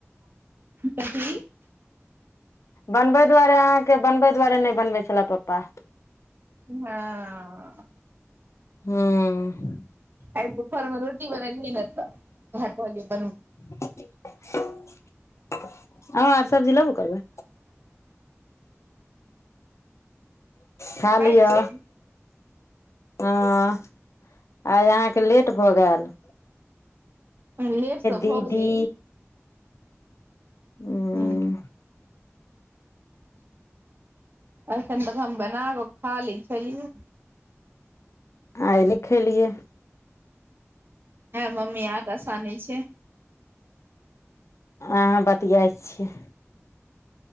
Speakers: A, on the right (about 45°); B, on the left (about 70°).
A: कथी।
B: बनबै दुआरे, अहाँके बनबै दुआरे नै बनबै छला पप्पा।
A: हां।
B: हुं।
A: आय दुपहर मे रोटी बनैलिये नै त उहाए कहलिये बन
B: <inaudible> अहाँ आर सब्जी लेबो करबै? खा
A: खाइ
B: लिअ
A: छियै
B: हँ। आइ अहाँके लेट भऽ गैल।
A: हं लेट तऽ
B: दीदी
A: भऽ गेलै।
B: उंम्म
A: हूं। अखन तक हम बना कऽ खा लैय छलियै।
B: आइ नै खेलियै।
A: हैया मम्मी आटा सानय छैय।
B: अहाँ बतियाइत छियै।